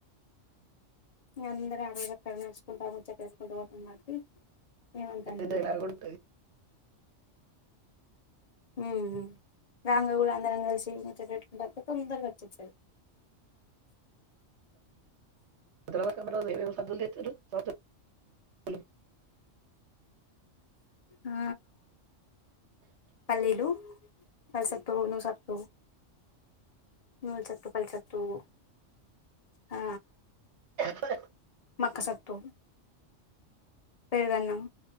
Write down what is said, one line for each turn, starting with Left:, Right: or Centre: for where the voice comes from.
Left: అందర ఆరక్కడ నేర్చుకుంటా ము చెప్పేసుకుంటూ పోతం మకి ఏమంత అనిపియదు
Right: ఎంజాయ్ లాగా ఉంటుంది
Left: హు హు దాంగగూళ అందరంగలిసి <unintelligible> తొందరగా వచ్చేతది
Right: <unintelligible> <inaudible> <unintelligible>
Left: ఆ పలీలు కల్సక్తు ను సక్త <inaudible> న చెక్క పల్ చెక్క హు ఆ
Right: <unintelligible>
Left: మకసతు పెరుగు అన్నాం